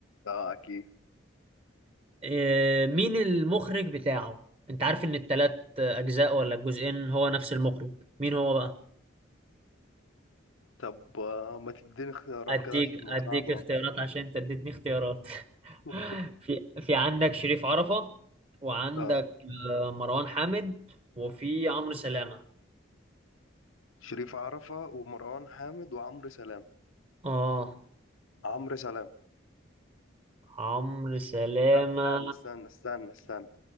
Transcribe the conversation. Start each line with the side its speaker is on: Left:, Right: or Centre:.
Left: اه اكيد
Right: آه، مين المخرج بتاعه انت عارف ان التلات اجزاء ولا الجزئين هو نفس المخرج مين هو بقى
Left: طب آه، ما تديني اختيارات
Right: اديك
Left: كده عشان ما
Right: اديك
Left: تصعبها
Right: اختيارات عشان انت اديتني اختيارات
Left: <laughs>
Right: <laughs> في في عندك شريف عرفة وعندك
Left: اه
Right: آه، مروان حامد وفي عمرو سلامة
Left: شريف عرفة ومروان حامد وعمرو سلام
Right: اه
Left: عمرو سلام
Right: عمرو سلامة
Left: لا استنى استنى استنى استنى